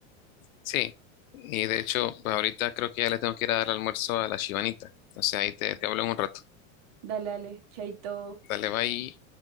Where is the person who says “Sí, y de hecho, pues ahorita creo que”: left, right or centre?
Left